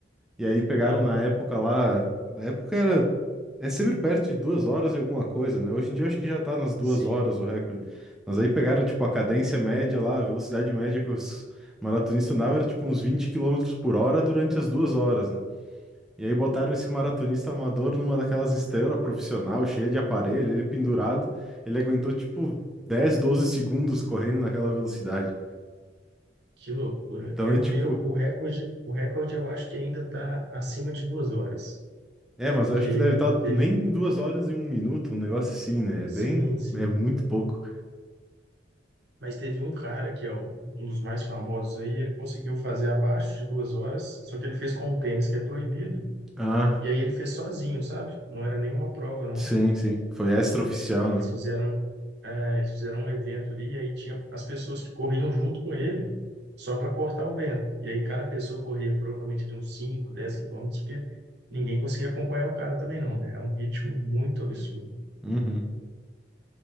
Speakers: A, in the centre; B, on the right (about 65°).
A: E aí pegaram
B: Aham.
A: na época lá, na época era, é sempre perto de duas horas e alguma coisa, né? Hoje em dia eu acho que já tá nas duas
B: Sim.
A: horas o recorde. Mas aí pegaram, tipo, a cadência média lá, a velocidade média que os maratonistas andavam era, tipo, uns 20 quilômetros por hora durante as duas horas, né? E aí botaram esse maratonista amador numa daquelas esteiras profissional, cheia de aparelho, ele pendurado, ele aguentou tipo 10 12 segundos correndo naquela velocidade.
B: Que loucura.
A: Então
B: Eu
A: é tipo,
B: vi o o recorde, o recorde eu acho que ainda está acima de duas horas,
A: é,
B: porque
A: mas eu acho que deve estar
B: teve,
A: nem duas horas e um minuto, um negócio assim, né? É
B: sim,
A: bem,
B: sim,
A: é muito pouco.
B: Mas teve um cara que é um um dos mais famosos aí, ele conseguiu fazer abaixo de duas horas, só que ele fez com o tênis, que é proibido.
A: Ah,
B: E aí ele fez sozinho, sabe? Não era nenhuma prova, não.
A: sim, sim. Foi extraoficial,
B: Eles
A: né?
B: fizeram, eh, eles fizeram um evento ali, e aí tinha as pessoas que corriam junto com ele, só para cortar o vento. E aí cada pessoa corria provavelmente de uns 5 10 quilômetros, porque ninguém conseguia acompanhar o cara também, não, né? É um ritmo muito absurdo.
A: Uhum.